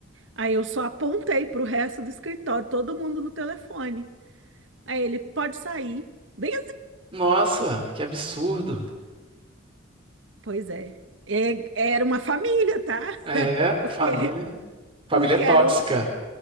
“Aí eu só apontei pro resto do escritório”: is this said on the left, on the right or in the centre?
Right